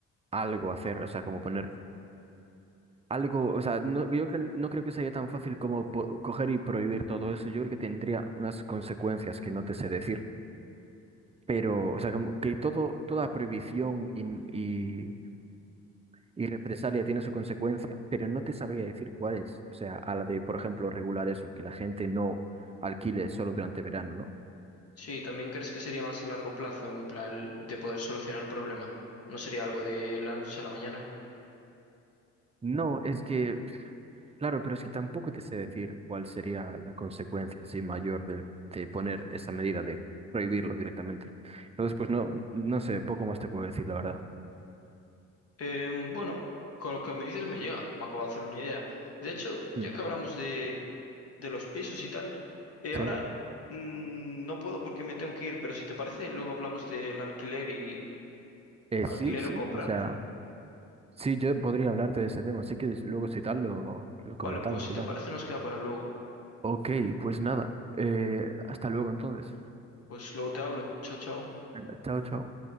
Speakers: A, on the right (about 20°); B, on the left (about 50°).
A: algo a hacer, o sea, como poner algo, o sea, no, yo cre- no creo que sería tan fácil como po- coger y prohibir todo eso. Yo creo que tendría unas consecuencias que no te sé decir. Pero, o sea, como que todo, toda prohibición y, y, y represalia tiene su consecuencia, pero no te sabría decir cuál es. O sea, a la de, por ejemplo, regular eso, que la gente no alquile solo durante verano, ¿no?
B: Sí, ¿también crees que sería más a largo plazo, en plan de poder solucionar el problema? ¿No sería algo de la noche a la mañana?
A: No, es que, claro, pero es que tampoco te sé decir cuál sería la consecuencia así mayor del- de, poner esa medida de prohibirlo directamente. Entonces, pues no, no sé, poco más te puedo decir, la verdad.
B: Em, bueno, con lo que me dices me llega, me acabo de hacer una idea. De hecho, ya
A: Mm.
B: que hablamos de, de los pisos y tal, eh,
A: ¿Sí?
B: ahora mm, no puedo porque me tengo que ir, pero si te parece, luego hablamos del alquiler y
A: Eh,
B: alquiler
A: sí, sí,
B: o comprar.
A: o sea. Sí, yo podría hablarte de ese tema, así que des- luego si tal lo, lo comentamos,
B: Vale, pues si
A: si
B: te
A: tal?
B: parece nos queda para luego.
A: Ok, pues nada, eh, hasta luego entonces.
B: Pues luego te hablo. Chao, chao.
A: Venga, chao, chao.